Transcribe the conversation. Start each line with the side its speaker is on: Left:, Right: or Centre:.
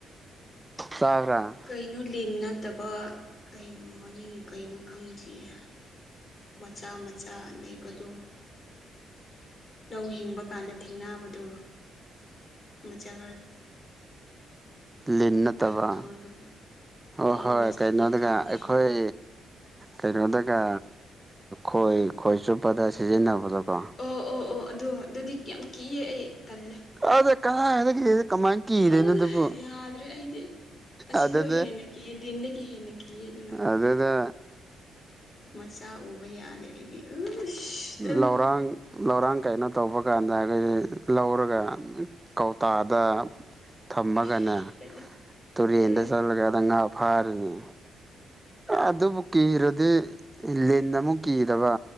Right: ꯆꯥꯎꯕ꯭ꯔꯥ
Left: ꯀꯩꯅꯣ ꯂꯤꯟ ꯅꯠꯇꯕ ꯀꯩꯅꯣ ꯃꯃꯤꯡ ꯀꯩꯅꯣ ꯈꯪꯗ꯭ꯔꯤꯌꯦ ꯃꯆꯥ ꯃꯆꯥ ꯂꯩꯕꯗꯣ ꯂꯧ ꯍꯤꯡꯕ ꯀꯥꯟꯗ ꯊꯦꯡꯅꯕꯗꯨ ꯃꯆꯥ ꯈꯔ
Right: ꯂꯤꯟ
Left: ꯃꯃꯤꯡ
Right: ꯅꯠꯇꯕ
Left: ꯀꯩ ꯀꯥꯎꯅꯣ
Right: ꯑꯣ ꯍꯣꯏ
Left: ꯏꯪꯂꯤꯁꯇꯗꯤ
Right: ꯀꯩꯅꯣꯗꯨꯒ
Left: ꯈꯪꯉꯦ
Right: ꯑꯩꯈꯣꯏ꯫ ꯀꯩꯅꯣꯗꯒ ꯈꯣꯏ ꯈꯣꯏ ꯆꯨꯞꯄꯗ ꯁꯤꯖꯤꯟꯅꯕꯗꯣꯀꯣ꯫
Left: ꯑꯣ ꯑꯣ ꯑꯣ ꯑꯗꯨꯗꯣ ꯑꯗꯨꯗꯤ ꯌꯥꯝ ꯀꯤꯌꯦꯦ ꯑꯩ ꯇꯜꯂꯦ
Right: ꯑꯗ ꯀꯥꯏꯗꯁꯦ ꯀꯃꯥꯏꯅ ꯀꯤꯔꯦꯅꯣ
Left: ꯑ
Right: ꯑꯗꯨꯕꯨ
Left: ꯌꯥꯗ꯭ꯔꯦ ꯑꯩꯗꯤ ꯑꯁꯤꯗꯣ
Right: ꯑꯗꯅꯦ
Left: ꯍꯦꯟꯅ ꯀꯤꯌꯦ ꯂꯤꯟꯗꯒꯤ ꯍꯦꯟꯅ ꯀꯤꯌꯦ ꯑꯗꯨꯅ
Right: ꯑꯗꯨꯗꯗ
Left: ꯃꯆꯥ ꯎꯕ ꯌꯥꯗꯦ ꯑꯩꯗꯤ ꯑꯁ ꯇꯜꯂꯦ
Right: ꯂꯧꯔꯥꯡ ꯂꯧꯔꯥꯡ ꯀꯩꯅꯣ ꯇꯧꯕ ꯀꯥꯟꯗ ꯑꯩꯈꯣꯏꯁ ꯂꯧꯔꯒ ꯀꯧꯇꯥꯗ ꯊꯝꯃꯒꯅꯦ
Left: ꯑꯁ ꯇꯜꯂꯦ
Right: ꯇꯨꯔꯦꯟꯗ
Left: ꯇꯜꯂꯦ
Right: ꯆꯠꯂꯒꯗ ꯉꯥ ꯐꯥꯔꯅꯦ ꯑꯗꯨꯕꯨ ꯀꯤꯔꯗꯤ ꯂꯤꯟ ꯑꯃꯨꯛ ꯀꯤꯗꯕ